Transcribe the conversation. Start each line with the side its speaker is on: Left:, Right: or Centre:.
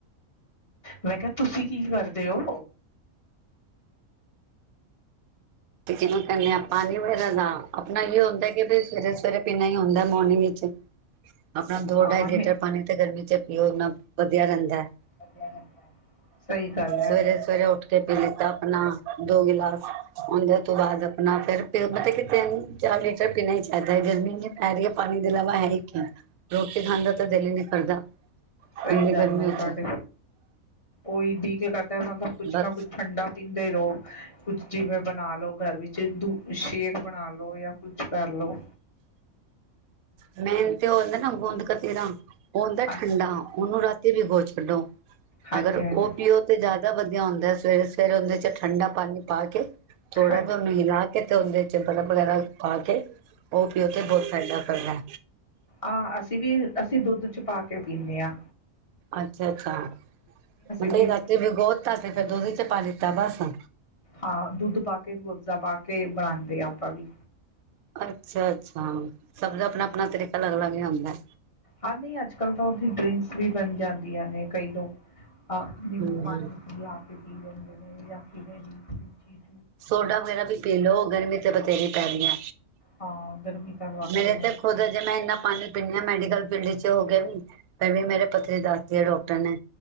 Left: ਮੈਂ ਕਿਹਾ ਤੁਸੀਂ ਕੀ ਕਰਦੇ ਹੋ?
Right: ਤੇ ਕਿ ਕਰਨੇ ਆਪਾਂ ਨ <unintelligible> <inaudible> ਆਪਣਾ ਇਹ ਹੁੰਦਾ ਸਵੇਰੇ ਸਵੇਰੇ ਪੀਨਾ ਹੀ ਹੁੰਦਾ ਮੋਰਨਿੰਗ ਵਿੱਚ ਆਪਣਾ ਦੋ-ਢਾਈ
Left: ਹਾਂ ਨੇ
Right: ਲੀਟਰ ਪਾਣੀ ਤੇ ਗਰਮੀ ਚ ਪੀਓ ਨਾ। ਵਧੀਆ ਰਹਿੰਦਾ ਹੈ
Left: ਵਧੀਆ ਰਹਿੰਦਾ। ਸਹੀ ਗੱਲ ਹੈ
Right: ਸਵੇਰੇ ਸਵੇਰੇ ਉੱਠ ਕੇ ਪੀ ਲਿੱਤਾ ਆਪਣਾ ਦੋ ਗਿਲਾਸ ਉਹਦੇ ਤੋ ਬਾਅਦ ਆਪਣਾ ਫਿਰ ਮੈ ਕਿਥੇ ਨਹੀ ਚਾਰ ਲੀਟਰ <unintelligible> ਜ਼ਿਆਦਾ ਗਰਮੀ ਨੀ ਪੈਰੀ ਪਾਣੀ ਦਿਲਾਵਾ ਹੈ ਕਿ? ਰੋਟੀ ਖਾਂਦਾ ਤਾਂ ਦਿਲ ਹੀ ਨੀ ਕਰਦਾ।
Left: ਸਹੀ
Right: ਇੰਨੀ
Left: ਗੱਲ
Right: ਗਰਮੀ
Left: ਹੈ ਤੁਹਾਡੇ
Right: ਚ
Left: ਉਹੀ <unintelligible> ਕੁਛ
Right: ਬਸ
Left: ਨਾ ਕੁੱਛ ਠੰਡਾ ਪੀਂਦੇ ਰਹੋ ਕੁਛ ਜਿਵੇ ਹੈਲੋ ਘਰ ਵਿੱਚ ਓਦੋ ਪੁਛਦੇ ਨੀ ਬਣਾ ਲਓ। ਕੁਛ ਕਰ ਲੋ।
Right: ਅਾ <inaudible> ਮੇਨ ਤੇ ਉਹ ਹੁੰਦਾ ਨਾ ਗੂੰਦ ਕਤੇਰਾ ਉਹ ਹੁੰਦਾ
Left: ਹਾਂ
Right: ਠੰਡਾ ਉਹਨੂੰ ਰਾਤੀ ਭੀਗੋ ਛੱਡੋ
Left: ਹਾਂਜੀ
Right: ਅਗਰ
Left: ਹਾਂਜੀ
Right: ਉਹ ਪੀਓ ਤੇ ਜ਼ਿਆਦਾ ਵਧੀਆ ਹੁੰਦਾ ਏ। ਸਵੇਰੇ ਸਵੇਰੇ ਉਹਦੇ ਚ ਠੰਡਾ ਪਾਣੀ ਪਾ ਕੇ ਥੋੜ੍ਹਾ
Left: ਹਾਂਜੀ
Right: ਜਿਹਾ ਉਹਨੂੰ ਹਿਲਾ ਕੇ ਤੇ ਉਹਦੇ ਚੱਜ ਦਾ ਕੱਪੜਾ ਪਾ ਕੇ ਉਹ ਪੀਓ ਤੇ ਬਹੁਤ ਫਾਇਦਾ ਕਰਦਾ
Left: ਆ ਅਸੀਂ ਵੀ ਅਸੀਂ ਦੁੱਧ ਚ ਪਾ ਕੇ ਪੀਂਨੇ ਆ।
Right: ਅੱਛਾ ਅੱਛਾ
Left: ਵੀ
Right: ਰਾਤੀ ਭੀਗੋ ਦਿੱਤਾ ਤੇ ਫਿਰ ਦੁਧ ਵੀਚ ਪਾ ਦੀਤਾ ਬਸ। <inaudible>
Left: ਹਾਂ ਦੁੱਧ ਪਾ ਕੇ ਰੁਅਫ਼ਜ਼ਾ ਪਾ ਕੇ ਬਣਾਉਂਦੇ ਆ ਆਪਾਂ ਵੀ।
Right: ਅੱਛਾ ਅੱਛਾ ਸਭ ਦਾ ਆਪਣਾ ਆਪਣਾ ਤਰੀਕਾ ਅਲੱਗ ਅਲੱਗ ਹੀ ਹੁੰਦਾ ਏ।
Left: ਹਾਂ ਨਹੀਂ ਅੱਜ ਕੱਲ੍ਹ ਤੋ ਡਰਿੰਕਸ ਵੀ ਬਣ ਜਾਂਦੀਆਂ ਨੇ ਕਈ ਲੋਗ ਅ
Right: ਹੂੰ।
Left: ਨਿੰਬੂ ਪਾਣੀ <unintelligible> ਪੀ ਲੈਦੇ ਮੈਨੂੰ ਲੈ ਕੇ ਜਾਂਦੇ ਨੇ ਜੀ <inaudible>
Right: ਸੋਡਾ ਵਗੈਰਾ ਵੀ ਪੀ ਲਓ ਗਰਮੀ ਤੇ ਬਥੇਰੀ ਪੈਰਈ ਏ।
Left: ਹਾਂ, ਗਰਮੀ ਤਾਂ ਵਾਕਈ
Right: ਮੇਰੇ
Left: ਮੇਂ
Right: ਤੇ ਖੁਦ ਜੇ ਮੈਂ ਇੰਨਾ ਪਾਣੀ ਪੀਣੀ ਹਾਂ ਮੈ ਤਾ <unintelligible> ਬਿਲਡਿੰਗ ਚ ਹੋ ਗਏ ਵੀ ਦੇ ਏਵੀ ਮੇਰਾ <unintelligible> ਪੱਥਰੀ ਦੱਸਦੀ ਹੈ ਡਾਕਟਰ ਨੇ